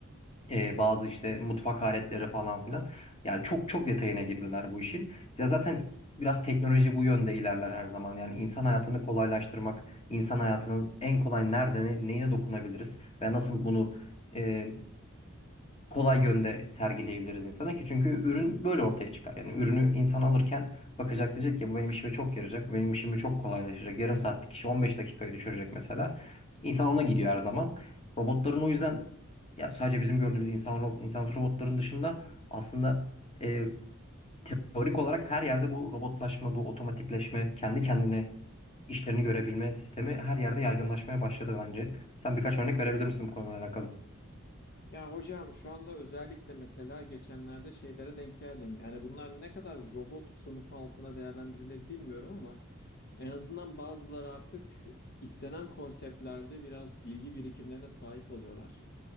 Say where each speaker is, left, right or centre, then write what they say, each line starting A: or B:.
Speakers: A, on the left (about 30°); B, on the left (about 50°).
A: e, bazı işte mutfak aletleri falan filan. Yani çok çok detayına girdiler bu işin. Ya zaten biraz teknoloji bu yönde ilerler her zaman. Yani insan hayatını kolaylaştırmak, insan hayatının en kolay nerede ne- neye dokunabiliriz ve nasıl bunu e, kolay yönde sergileyebiliriz insana ki çünkü ürün böyle ortaya çıkar. Yani ürünü insan alırken bakacak diyecek ki bu benim işime çok yarayacak, bu benim işimi çok kolaylaştıracak. Yarım saatlik işi 15 dakikaya düşürecek mesela. İnsan ona gidiyor her zaman. Robotların o yüzden ya sadece bizim gördüğümüz insan ro- insansız robotların dışında aslında e, teorik olarak her yerde bu robotlaşma, bu otomatikleşme, kendi kendine işlerini görebilme sistemi her yerde yaygınlaşmaya başladı bence. Sen birkaç örnek verebilir misin bu konuyla alakalı?
B: Ya hocam şu anda özellikle mesela geçenlerde şeylere denk geldim. Yani bunlar ne kadar robot sınıfı altına değerlendirilir bilmiyorum ama en azından bazıları artık istenen konseptlerde biraz bilgi birikimlerine sahip oluyorlar.